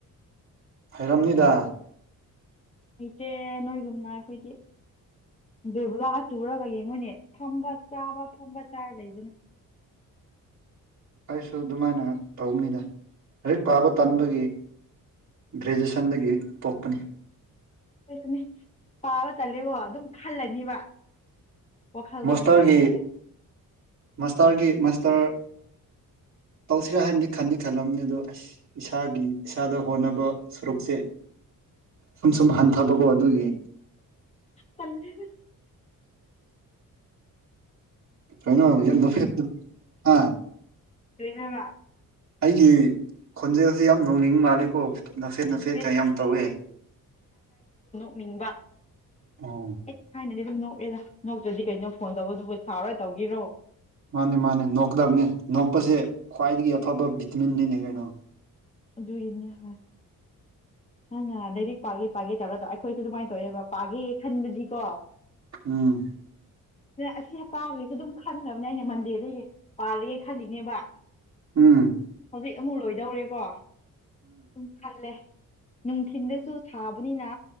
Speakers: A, on the right; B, on the left.
A: ꯍꯩꯔꯝꯅꯤꯗ
B: ꯍꯩ ꯅꯣꯏꯒꯨꯝꯅ ꯑꯩꯈꯣꯏꯗꯤ ꯕꯦꯕꯨꯂꯥꯆꯨꯔꯒ ꯌꯦꯡꯉꯨꯅꯦ ꯐꯝꯕ ꯆꯥꯕ ꯐꯝꯕ ꯆꯥꯔ ꯂꯩꯕꯅꯦ
A: ꯑꯩꯁꯨ ꯑꯗꯨꯃꯥꯏꯅ ꯇꯧꯕꯅꯤꯗ ꯂꯥꯏꯔꯤꯛ ꯄꯥꯕ ꯇꯟꯕꯒꯤ ꯒ꯭ꯔꯦꯖꯁꯟꯗꯒꯤ ꯇꯣꯛꯄꯅꯤ
B: ꯑꯩꯈꯣꯏꯁꯨꯅꯦ ꯄꯥꯕ ꯇꯜꯂꯦꯀꯣ ꯑꯗꯨꯝ ꯈꯜꯂꯅꯤꯕ ꯋꯥꯈꯜꯗꯗꯤ
A: ꯃꯥꯁꯇꯔꯒꯤ
B: ꯗꯨꯝ ꯈꯜꯂꯦ
A: ꯃꯥꯁꯇꯔꯒꯤ ꯃꯥꯁꯇꯔ ꯇꯧꯁꯤꯔꯥ ꯍꯥꯏꯅꯗꯤ ꯈꯟꯗꯤ ꯈꯜꯂꯝꯅꯤ ꯑꯗꯣ ꯑꯁ ꯏꯁꯥꯒꯤ ꯏꯁꯥꯗ ꯍꯣꯠꯅꯕ ꯁꯔꯨꯛꯁꯦ ꯁꯨꯝ ꯁꯨꯝ ꯍꯟꯊꯕꯀꯣ ꯑꯗꯨꯒꯤ
B: ꯇꯜꯂꯦꯗ
A: ꯀꯩꯅꯣ ꯍꯧꯖꯤꯛ ꯅꯣꯛꯐꯦꯠꯇ ꯍꯥ
B: ꯀꯩ ꯍꯥꯏꯕꯥ
A: ꯑꯩꯒꯤ ꯈꯣꯟꯖꯦꯜꯁꯤ ꯌꯥꯝ ꯅꯣꯛꯅꯤꯡ ꯃꯥꯜꯂꯤꯀꯣ ꯅꯥꯐꯦꯠ
B: ꯅꯠꯇꯦ
A: ꯅꯥꯐꯦꯠ ꯀ ꯌꯥꯝ ꯇꯧꯋꯦ
B: ꯅꯤꯡꯕ
A: ꯑꯣ
B: ꯑꯩꯗꯤ ꯊꯥꯏꯅꯗꯩ ꯑꯗꯨꯝ ꯅꯣꯛ ꯑꯦꯗ ꯅꯣꯛꯇ꯭ꯔꯗꯤ ꯀꯩꯅꯣ ꯐꯣꯟ ꯇꯧꯕꯗꯨꯕꯨ ꯁꯥꯥꯎꯔ ꯇꯧꯒꯤꯔꯣ
A: ꯃꯥꯅꯦ ꯃꯥꯅꯦ ꯅꯣꯛꯀꯗꯕꯅꯦ ꯅꯣꯛꯄꯁꯦ ꯈ꯭ꯋꯥꯏꯗꯒꯤ ꯑꯐꯕ ꯕꯤꯇꯃꯤꯟꯅꯤꯅꯦ ꯀꯩꯅꯣ
B: ꯑꯗꯨꯒꯤꯅꯦ ꯍꯥꯏ ꯅꯪ ꯅꯍꯥꯟꯗꯒꯤ ꯄꯥꯒꯦ ꯄꯥꯒꯦ ꯇꯧꯔ ꯇ ꯑꯩꯈꯣꯏꯁꯨ ꯑꯗꯨꯃꯥꯏꯅ ꯇꯧꯋꯦꯕ ꯄꯥꯒꯦ ꯈꯟꯕꯁꯤꯀꯣ
A: ꯑꯝ
B: ꯑꯁꯤ ꯍꯞꯇꯥꯒꯤꯁꯨ ꯑꯗꯨꯝ ꯈꯟꯈ꯭ꯔꯕꯅꯦ ꯑꯩꯅ ꯃꯟꯗꯦꯗꯒꯤ ꯄꯥꯔꯒꯦ ꯈꯜꯂꯤꯅꯦꯕ
A: ꯎꯝ
B: ꯀꯔꯤ ꯑꯃꯨꯛ ꯂꯣꯏꯗꯧꯔꯦꯀꯣ ꯎꯝ ꯈꯜꯂꯦ ꯅꯨꯡꯊꯤꯟꯗꯁꯨ ꯁꯥꯕꯅꯤꯅ